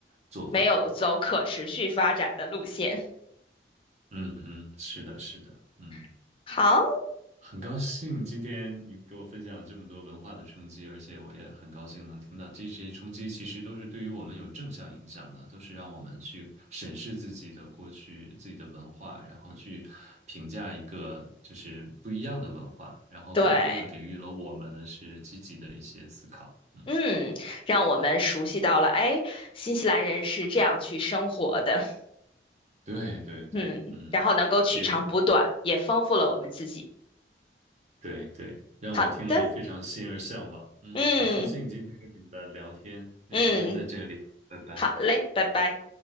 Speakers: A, on the right (about 40°); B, on the left (about 30°).
A: 做法。
B: 没有走可持续发展的路线。
A: 嗯嗯，是的，是的，嗯，
B: <laughs> 好，
A: 很高兴今天你给我分享了这么多文化的冲击，而且我也很高兴能听到这些冲击其实都是对于我们有正向影响的，都是让我们去审视自己的过去、自己的文化，然后去评价一个就是不一样的文化，然后更多的给予了我们的是积极的一些思考。
B: 对。
A: 嗯。
B: 嗯，让我们熟悉到了，哎，新西兰人是这样去生活的，<laughs>
A: 对对对，
B: 嗯，
A: 嗯，
B: 然后能够取长补短，
A: 也
B: 也丰富了我们自己。
A: 对对，让我听了也非常心而向往。
B: 好的，
A: 嗯，
B: 嗯
A: 很高兴今天跟你们的聊天，那今天在这里了，
B: 嗯，
A: 拜拜。
B: 好嘞，拜拜。